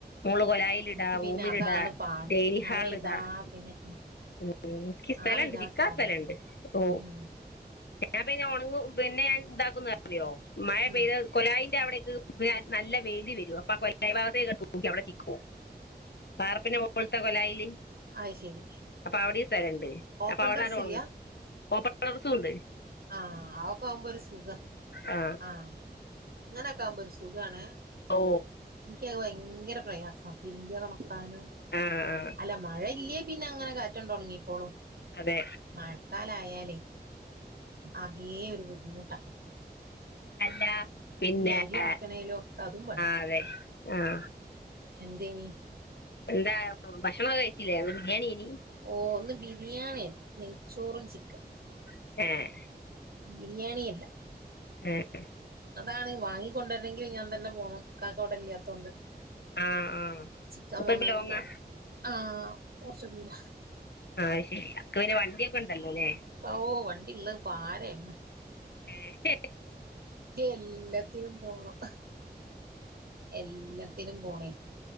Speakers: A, on the left; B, on the right.
A: മോള് കൊലായിലിടാ
B: എനിക്ക്
A: റൂമിലിടാ
B: പിന്നെ അതാണ് പാട്
A: ഡൈനിംഗ്
B: മഴ
A: ഹാളിലിടാ
B: ഇതാ പിന്നെ
A: ഉം ഇൻക്ക് സ്ഥലണ്ട്
B: ആറിടാൻ
A: ചിക്കാ
B: സ്ഥലല്ല
A: സ്ഥലണ്ട് ഓ
B: ഉം
A: ഞാൻ പിന്നെ ഒണങ്ങും പിന്നെ ഞാൻ എന്താക്കുന്നറിയോ മഴ
B: ഉം
A: പെയ്ത കൊലായിന്റെ അവിടേക്ക് നല്ല വെയില് വരും അപ്പം കൊലായ് ഭാഗത്തേക്കാണ്ട് തൂക്കി അവിടെ ചിക്കും വാർപ്പിൻ്റെ മോള്ത്തെ കൊലായില്
B: അയ് ശരി
A: അപ്പം അവടിം സ്ഥലണ്ട്
B: ഓപ്പൺ
A: അപ്പം അവടന്നാണ്ട്
B: ടെറസ്
A: ഒണങ്ങും
B: ഇല്ല
A: ഓപ്പൺ ടാറസൂണ്ട്
B: ആഹ് അതെക്കെ ആവുമ്പോ ഒരു സുഖാ
A: ആ
B: ആഹ് ഇങ്ങനൊക്കാകുമ്പ ഒരു സുഖാണെ
A: ഓ
B: ഇൻക്ക്യത് ഭയങ്കര പ്രയാസാ തിരുമ് മ്പ്യതൊണക്കാനും
A: ആ ആ
B: അല്ല മഴ ഇല്ലേ പിന്നെ അങ്ങനെ കാറ്റാണ്ട് ഒണങ്ങിക്കോളും
A: അതെ
B: മഴക്കാലായാലേ അകെ ഒരു ബുദ്ധിമുട്ടാ
A: അല്ല പിന്നെ
B: ഇനി അരി
A: ആഹ്
B: ഒണക്കണേലും ഒക്കെ അതും
A: അതെ ആഹ്
B: എന്തെയ്നീ
A: എന്താ ഭക്ഷണോ കഴിച്ചില്ലേ ഇന്ന് ബിരിയാണി എനി
B: ഓ ഇന്ന് ബിരിയാണിയ നെയ്ച്ചോറും പി
A: എഹ്
B: ബിരിയാണി അല്ല
A: എ ഹ് എഹ്
B: അതാണ് വാങ്ങിക്കൊണ്ടുവരണെങ്കിൽ ഞാൻ തന്നെ പോകണം കാക്ക വടെ ഇല്ലാത്തത്ൊണ്ട്
A: ആ ആ
B: ചിക്കൻ
A: ഇപ്പൊ
B: വാങ്ങാനും
A: ഇപ്പൊ ലോങ്ങാ
B: പോണം ആഹ് കൊറച്ചു ദൂരാ
A: ആഹ് അയ് ശരി അനക്ക്പിന്നെ വണ്ടിയൊക്കെ ഉണ്ടല്ലോ അല്ലേ
B: ഓ വണ്ടിള്ളത് പാരയാണ്
A: എ ഹി
B: എല്ലാത്തിനും പോണം എല്ലാത്തിനും പോണേ